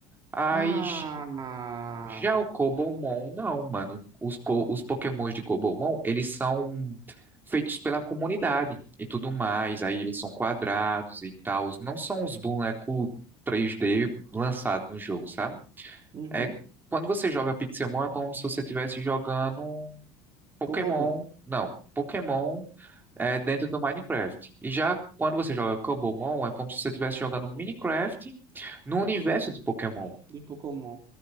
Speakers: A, on the right; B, on the right.
A: Aí
B: Ah,
A: j- já o Cobomon, não, mano. Os, co... os Pokémons de Cobomon, eles são feitos pela comunidade e tudo mais. Aí eles são quadrados e tal. Não são os bonecos 3D lançados no jogo, sabe?
B: uhum.
A: É, quando você joga Pixelmon, é como se você estivesse jogando um Pokémon.
B: Cobomon
A: Não, Pokémon é dentro do Minecraft. E já quando você joga Cobblemon, é como se você estivesse jogando Minecraft no universo de Pokémon.
B: e Pokémon.